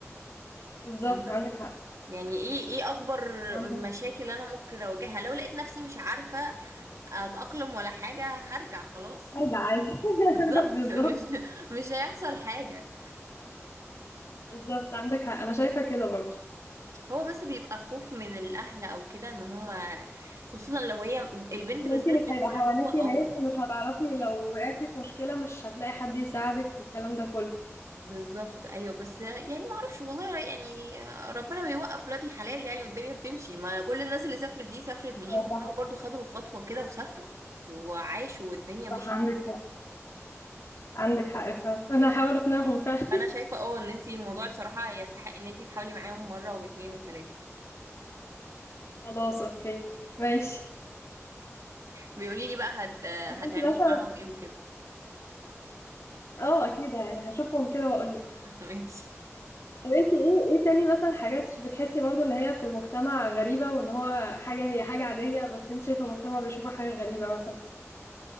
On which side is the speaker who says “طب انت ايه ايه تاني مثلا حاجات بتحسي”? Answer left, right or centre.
Left